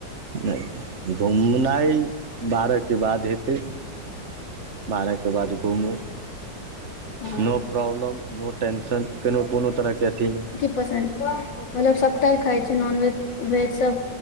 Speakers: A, on the right; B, on the left.
A: नैय घुमनाय बारह के बाद हेतै। बारह के बाद घूमू‌।
B: हँ
A: नो प्रॉब्लम, नो टेंन्शन केनो कोनो तरह के अथि नैय।
B: पसंन्द मतलब सबटा खाय छैय नॉनवेज वेज। सब